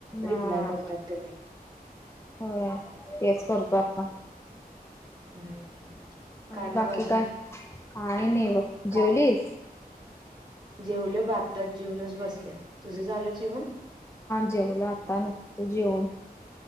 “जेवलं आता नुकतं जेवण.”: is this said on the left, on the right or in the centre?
Left